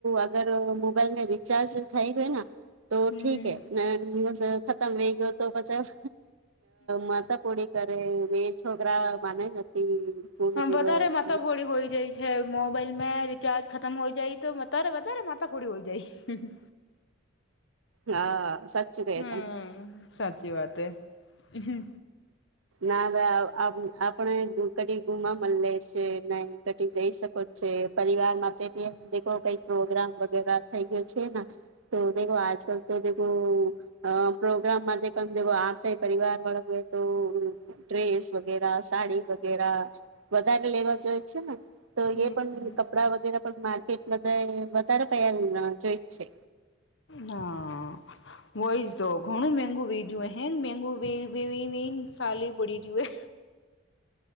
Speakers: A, on the right; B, on the left.
A: અગર મોબાઈલને રિચાર્જ થઈ ગય ના તો
B: હમ
A: ઠીક હે હેસ ખતમ વઈ ગયો તો બચાવ માતાપોડી તારે બે છોકરા માને નથી. પૂર્ણ
B: હ
A: દિવસ
B: વધારે મતાફોડી હોય જાય છે મોબાઈલ મે ચાર્જ ખતમ હોય જાય તો વધારે વધારે માથાફોડી હોય જાય.
A: હા સાચું કહે
B: હમ
A: તમે.
B: સાચી વાત હે હમ
A: ના અવે આ અપ આપને કટી ગુમા મ લે છે નય કટી જઈ શકો. <unintelligible> પરિવાર માટે કઈ પ્રોગ્રામ વગેરા થઈ ગયો છેન. તો દખો આજ તો દેખું આમ પ્રોગ્રામ માધે પણ <unintelligible> આ પરિવાર વાળ હો તો ડ્રેસ વગેરા સાડી વગેરા વધારે લેવા જોય છે ને તો
B: હમ
A: એ પણ કપડા વગેરે પણ મા કેટ વધાયે વધારે પૈહા જોઈ જ છે.
B: હા વય તો ઘણું મેગું વેજું હેંગ મેગું વયું <unintelligible> ઇન સાલી પડી જુવે